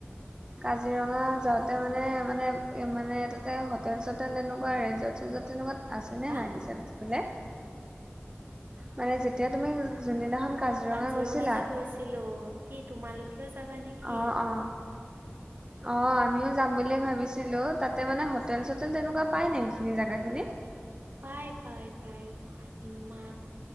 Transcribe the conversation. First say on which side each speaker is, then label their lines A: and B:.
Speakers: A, on the right; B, on the right.
A: কাজিৰঙা যাওঁতে মানে মানে মানে তাতে হোটেল এটাত তাত তেনেকুৱা ৰেজৰ্ট চেজৰ্ট তেনেকুৱাত আছেনে
B: হা
A: নাই পিছে সেইফালে মানে যেতিয়া তুমি
B: মানে
A: যোনদিনাখন
B: অ কাজিৰঙা
A: গৈছিলা
B: যে গৈছিলো কি তোমালোকেও যাবা নেকি
A: অ', অ'। অ আমিও যাম বুলি ভাবিছিলো তাতে মানে হোটেল চোটেল তেনেকুৱা পাই নাই এইখিনি জেগা খিনি।
B: পাই পাই পাই ইমান